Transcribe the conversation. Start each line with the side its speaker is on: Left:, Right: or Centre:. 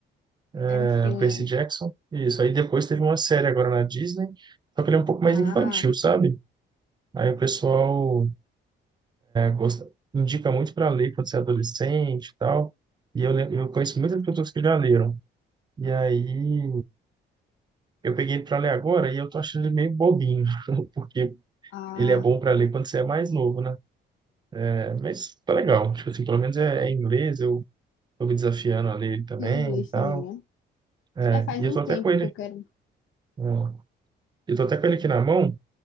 Left: era
Right: né,
Left: um filme,
Right: Percy
Left: né?
Right: Jackson. Isso. Aí depois teve uma série agora na Disney, só que ele é um pouco mais
Left: Ah,
Right: infantil, sabe? Aí o pessoal gosta, indica muito para ler quando você é adolescente e tal. E eu, lem- eu conheço muitas pessoas que já leram. E aí eu peguei ele para ler agora e eu tô achando ele meio bobinho, <laughs> porque
Left: ah,
Right: ele é bom para ler quando você é mais novo, né? É, mas tá legal. Tipo assim, pelo menos é, é em inglês, eu tô me desafiando a ler ele também
Left: em inglês
Right: e tal.
Left: também, né?
Right: É,
Left: É, faz
Right: e eu
Left: um
Right: tô
Left: tempo
Right: até com ele.
Left: que eu quero.
Right: ó, eu tô até com ele aqui na mão.